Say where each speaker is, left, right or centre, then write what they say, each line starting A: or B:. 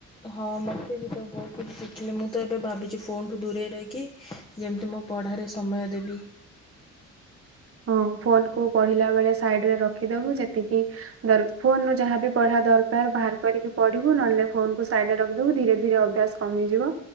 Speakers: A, on the left (about 15°); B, on the right (about 50°).
A: ହଁ ମତେ ବି ତ ବୋହୁତ କିଛି ଶିଖିଲି ମୁଁ ତ ଏବେ ଭାବିଛି ଫୋନଠୁ ଦୂରେଇ ରହିକି ଯେମତି ମୋ ପଢ଼ାରେ ସମୟ ଦେବି।
B: <inaudible> ହଁ ଫୋନକୁ ପଢିଲା ବେଳେ ସାଇଡରେ ରଖିଦବୁ ଯେତିକି ଦର-ଫୋନରୁ ଯାହାବି ପଢିବା ଦ ଦରକାର ବାହାର କରିକି ପଢ଼ିବୁ ନହେଲେ ନାଇଁ ଫୋନକୁ ସାଇଡରେ ରଖିଦୋବୁ ଧୀରେ ଧୀରେ ଅଭ୍ୟାସ କମିଯିବ